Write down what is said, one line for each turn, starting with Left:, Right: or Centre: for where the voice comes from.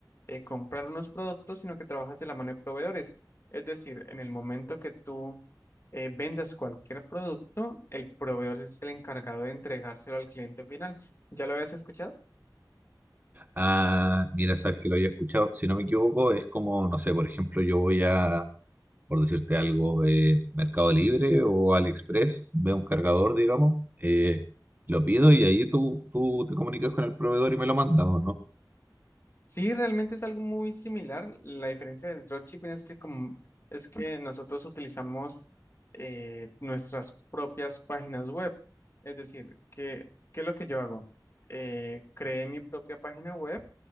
Left: eh, comprar unos productos, sino que trabajas de la mano de proveedores. Es decir, en el momento que tú eh, vendas cualquier producto, el proveedor sí es el encargado de entregárselo al cliente final. ¿Ya lo habías escuchado?
Right: Ah, mira, sabes que lo había escuchado. Si no me equivoco, es como, no sé, por ejemplo, yo voy a, por decirte algo, eh, Mercado Libre o AliExpress, veo un cargador, digamos, eh, lo pido y ahí tú, tú te comunicas con el proveedor y me lo mandas, ¿o no?
Left: Sí, realmente es algo muy similar. La diferencia del dropshipping es que como es que nosotros utilizamos eh, nuestras propias páginas web. Es decir, que, ¿qué es lo que yo hago? Eh, creé mi propia página web.